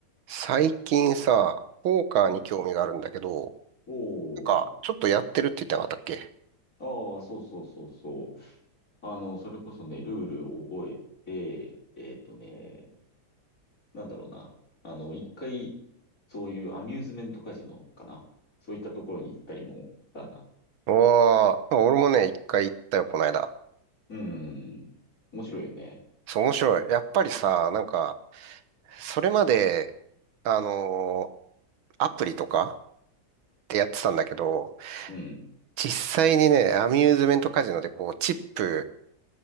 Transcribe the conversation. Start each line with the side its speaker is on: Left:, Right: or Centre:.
Right: 最近さ、ポーカーに興味があるんだけど、
Left: うん。お
Right: なんか、
Left: ー。
Right: ちょっとやってるって言ってなかったっけ
Left: ああ、そうそうそうそう。あの、それこそね、ルールを覚えて、えっとね、なんだろうな。あの、一回、そういうアミューズメントカジノかな。そういったところに行ったりもしたな。
Right: おー、俺もね、一回行ったよ、この間。
Left: うん。面白いよね。
Right: そう、面白い。やっぱりさ、なんか、それまで、あのーアプリとかってやってたんだけど、
Left: うん。
Right: 実際にね、アミューズメントカジノでこう、チップ